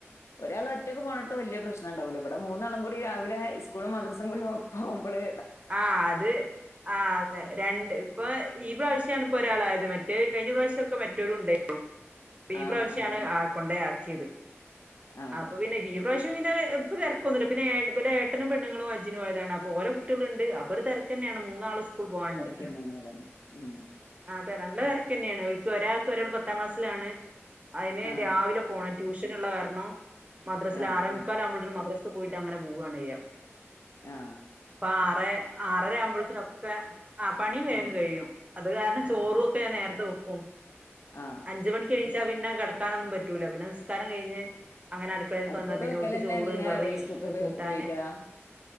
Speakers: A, on the left; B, on the right.
A: ഒരാൾ ഒറ്റ- ഒറ്റക്ക് പോന്നോടത്ത് വല്യ പ്രശ്നമുണ്ടാകില്ല ഇവിടെ മൂന്നാളും കൂടി രാവിലെ സ്കൂളും മദറസയും കൂടി പോകുമ്പോള്
B: ആ അത് ആ അതെ രണ്ട് ഈ പ്രാവിശ്വ ഒരാളായത് മറ്റേത് കഴിഞ്ഞ പ്രാവിശ്യമൊക്കെ മറ്റവരും ഉണ്ടായിരുന്നു ഈ
A: ആഹ്
B: പ്രാവിശ്യമാണ്
A: ആഹ്
B: ആ കൊണ്ടെ- ക്കിയത്
A: ആഹ്
B: അപ്പോൾ പിന്നെ ഈ പ്രാ- ഇപ്പ പിന്നെ ഇപ്പോ തിരക്കൊന്നുമില്ല പിന്നെ ഇവരുടെ ഏട്ടനും പെണ്ണുങ്ങളും ഹജ്ജിന് പോയതാണ് അപ്പോ ഓരുടെ കുട്ടി- ട്ടുന്നുണ്ട് അപ്പോ ഒരു തിരക്ക് തന്നെയാണ് മൂന്നാളും സ്കൂ- സ്കൂളിൽ പോകാനുണ്ട്
A: തിരക്കന്നെയാണ് അതാണ് ഉം
B: അതെ നല്ല തിര- തിരക്ക് തന്നെയാണ് ഒരാൾക്ക് ഒരാൾ പത്താം ക്ലാസ്സിലാണ് അയിന്
A: ആഹ്
B: രാവിലെ പോണം ട്യൂഷൻ ഉള്ള കാരണം മദ്റസയിൽ
A: ആഹ്
B: ആറേമുക്കാൽ
A: ഉം
B: ആകുമ്പോളത്തേക്ക് മദറസ സ്കൂളിൽ പോയിട്ട് അങ്ങനെ പോകുവാണ് ചെയ്ക
A: ആ
B: ഇപ്പ ആറ് ആറര ആറുമ്പോഴത്തേക്ക് ഒക്കെ പണി വേഗം
A: ഉം
B: കഴിയും അത് കാരണം ഞാൻ ചോറ്
A: ആഹ്
B: ഒക്കെ ഞാൻ നേരത്തെ വയ്ക്കും
A: ആഹ്
B: <inaudible> അഞ്ച് മണിക്ക് എണി- എണീറ്റാ പിന്നെ കിടക്കാനൊന്നും പറ്റൂല പിന്നെ നിസ്കാരം കഴിഞ്ഞ് അങ്ങനെ അടുക്കളേക്ക്
A: അടുപ്പത്ത്
B: വന്നാൽ
A: വെക്കലന്നെ
B: ഓൾക്ക് ചോർ
A: അല്ലെങ്കി
B: കറി
A: റൈസ് കുക്കർ
B: കൂട്ടാൻ
A: ഉപയോഗിക്കലാ